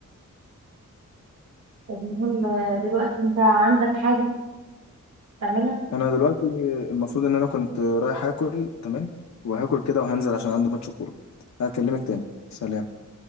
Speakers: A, on the right; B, on the left.
A: المهم دلوقتي انت عندك حاجة تعملها
B: انا دلوقتي المفروض ان انا كنت رايح اكل تمام وهاكل كده وهنزل عشان عندي ماتش كوره هكلمك تاني سلام